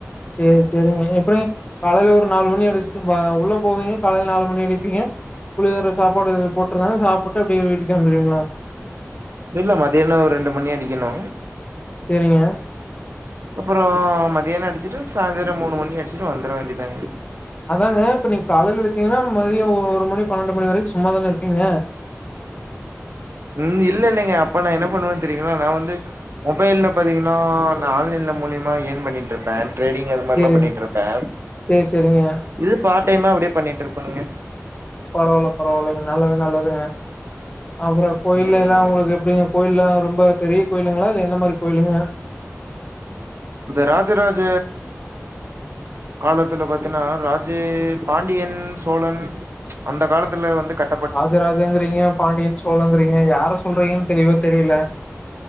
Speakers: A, on the left; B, on the right.
A: சேரி சேரிங்க எப்டி காலேல ஒரு நாலு மணி அடிச்சிட்டு பாவ் உள்ள போவீங்க காலேல நாலு மணி அடிப்பீய புளிதோர சாப்பாடு போட்டிருந்தா சாப்டு அப்டியே வீட்டுக்கே வந்துடுவீங்களா
B: இல்ல மதியானதா ஒரு ரெண்டு மணி அடிக்கணு
A: செரிங்ய
B: அப்ரோ மதியானம் அடிச்சிட்டு சாயந்தரம் மூணு மணி அடிச்சிட்டு வந்துர வேண்டியதாக
A: அதாங்க இப்ப நீங் காலேல அடிச்சீங்னா மதியோ ஒரு மணி பன்னெண்டு மணி வரைக்கு சும்மாதான இருப்பீங்க
B: ம் இல்ல இல்லைங்க அப்ப நா என்ன பண்ணுவேன்னு தெரிங்களா நா வந்து மொபைல்ல பாத்தீங்கன்னா நா ஆன்லைன்ல மூலியமா ஏன் பண்ணிட்டு இருப்ப ட்ரேடிங் அந்த மாரிலா
A: சேரிங்க
B: பண்ணிட்டு இருப்ப
A: சேரி சேரிங்க
B: இது பார்ட் டைமா அப்டியே பண்ணிட்டு இருப்பணுங்க
A: பரவாயில்ல பரவாயில்லங்க நல்லது நல்லதுங்க அப்ரோ கோயில்
B: ம்
A: எல்லா உங்களுக்கு எப்டிங்க கோயில்லா ரொம்ப பெரிய கோயிலுங்ளா இல்ல எந்த மாரி கோயிலுங்க
B: இந்த ராஜராஜ காலத்துல பாத்தேன்னா ராஜே பாண்டியன் சோழன் அந்த காலத்துல வந்து கட்
A: ராஜ ராஜங்கிறீங்க பாண்டியன் சோழங்கிறீங்க யார சொல்றீங்ன் தெளிவா தெரியல